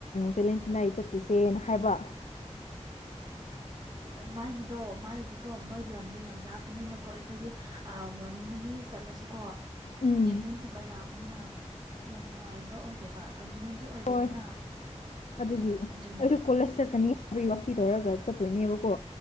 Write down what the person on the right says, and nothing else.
ꯃꯥꯏꯒꯤꯗꯣ ꯃꯥꯏꯗꯤꯀꯣ ꯃꯣꯏ ꯂꯝꯗꯣ ꯌꯥꯝ ꯂꯥꯞꯄꯅꯤꯅꯀꯣ ꯑꯩꯈꯣꯏꯗꯤ ꯃꯣꯔꯅꯤꯡꯗꯒꯤ ꯆꯠꯂꯁꯨꯀꯣ
ꯏꯞꯅꯤꯡ ꯀꯨꯝꯕ ꯂꯥꯛꯄꯅꯤꯅꯥꯛ ꯌꯥꯝ ꯅꯨꯡꯉꯥꯏꯕ ꯑꯣꯏꯗꯦꯕ ꯀꯟꯚꯤꯅꯦꯟꯁꯨ ꯑꯣꯏꯗꯦꯗꯅ
ꯑꯗꯨꯅꯦ